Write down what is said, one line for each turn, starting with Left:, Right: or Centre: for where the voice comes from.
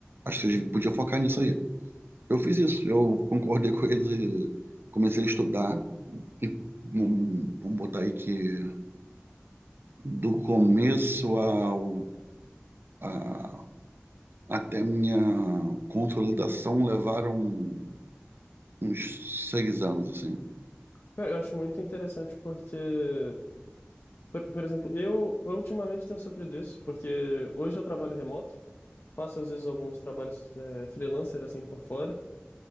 Right: acho que você podia focar nisso aí. Eu fiz isso, eu concordei com eles e comecei a estudar. E vamos vamos botar aí que do começo ao, a- até minha consolidação levaram uns seis anos, assim.
Left: Cara, eu acho muito interessante porque, por, por exemplo, eu, eu ultimamente tenho sofrido isso, porque hoje eu trabalho remoto, faço às vezes alguns trabalhos eh, freelancer, assim, por fora,